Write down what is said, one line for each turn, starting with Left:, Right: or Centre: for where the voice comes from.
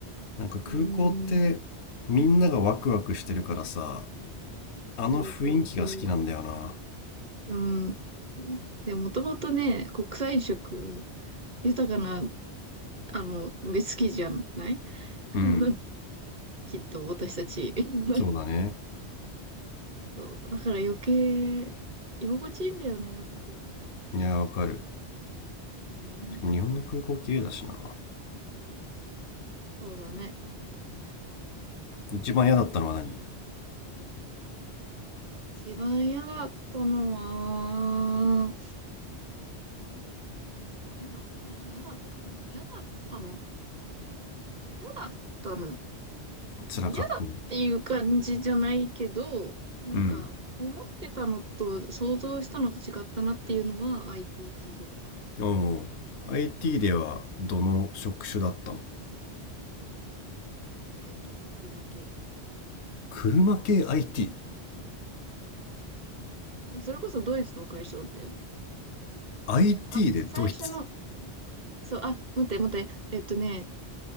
Left: なんか空港ってみんながワクワクしてるからさ、
Right: うん、
Left: あの雰囲気が好きなんだよな。
Right: そうそうそう。うん。で、もともとね、国際色、豊かな、あの、で好きじゃない
Left: うん、
Right: うん <laughs> きっと私たち。<laughs>
Left: そうだね。
Right: そう。だから余計、居心地いいんだよね、あそこ。
Left: いや、わかる。
Right: うん。
Left: しかも日本の空港綺麗だしな。
Right: そうだね。
Left: 一番嫌だったのは何
Right: 一番嫌だったのは、なんだろうな、嫌だったの嫌だったの嫌だったの
Left: 辛かったの。
Right: 嫌だっていう感じじゃないけど、なんか、
Left: うん。
Right: 思ってたのと、想像したのと違ったなっていうのは IT 企業かな。
Left: おお。IT ではどの職種だったの
Right: えっとね、車系。
Left: 車系 IT。
Right: そう。それこそドイツの会社だったよ。
Left: IT
Right: あ、
Left: でドイツ。
Right: 最初の、そう、あ、待って待って、えっとね、